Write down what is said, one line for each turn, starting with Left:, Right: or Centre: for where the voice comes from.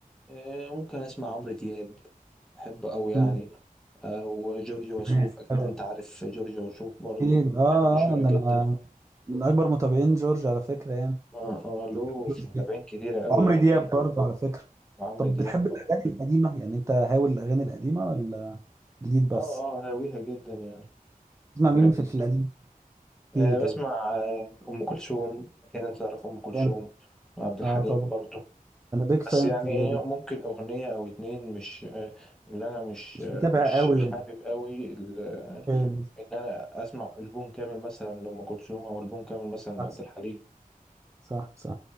Centre: آه، ممكن أسمع عمرو دياب بحبه أوي يعني
Right: مم.
Centre: أو جورج وسوف
Right: تمام.
Centre: أكيد
Right: حلو.
Centre: أنت عارف جورج وسوف برضه
Right: جميل. اه
Centre: أغاني مشهورة
Right: آه، ده
Centre: جدا
Right: انا من اكبر متابعين جورج على فكره يعني
Centre: اه اه له
Right: جورج
Centre: متابعين كتيرة قوي
Right: وعمرو
Centre: يعني
Right: دياب <laughs> برضه على فكره
Centre: وعمرو
Right: طب
Centre: دياب
Right: بتحب الأغاني
Centre: طبعا
Right: القديمة يعني أنت هاوي الأغاني القديمة ولا جديد بس؟
Centre: اه اه هاويها جدا يعني
Right: تسمع
Centre: هاويها
Right: مين
Centre: جدا
Right: في, في القديم؟ كتير
Centre: آه
Right: كده
Centre: بسمع آه أم كلثوم أكيد أنت تعرف أم كلثوم
Right: يعني
Centre: وعبد الحليم
Right: آه طبعا
Centre: برضه
Right: أنا بيج فان
Centre: بس يعني
Right: اللي
Centre: إيه ممكن أغنية أو اتنين مش آه اللي أنا مش
Right: مش
Centre: آه
Right: متابع
Centre: مش
Right: قوي
Centre: حابب
Right: يعني
Centre: قوي ال- آه،
Right: فاهم.
Centre: إن أنا أسمع ألبوم كامل مثلا لأم كلثوم أو ألبوم كامل مثلا لعبد
Right: صح
Centre: الحليم
Right: صح صح